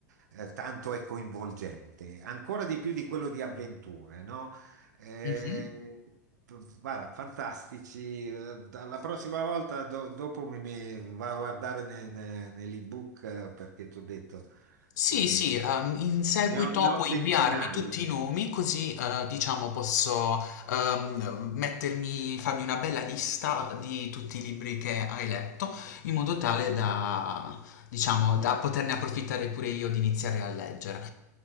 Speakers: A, on the right; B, on the left.
A: eh, tanto è coinvolgente, ancora di più di quello di avventure, no? Eh,
B: Mh-mh.
A: guarda, fantastici. Eh, Dalla prossima volta, do- dopo mi, mi vado a guardare ne- ne- nell'ebook eh, perché ti ho detto,
B: Sì,
A: eh,
B: sì, ehm, in seguito
A: ne ho, ne ho
B: puoi
A: centinaia.
B: inviarmi tutti i nomi così, ehm, diciamo posso, ehm, mettermi farmi una bella lista di tutti i libri che hai letto, in modo tale da diciamo, da poterne approfittare pure io di iniziare a leggere.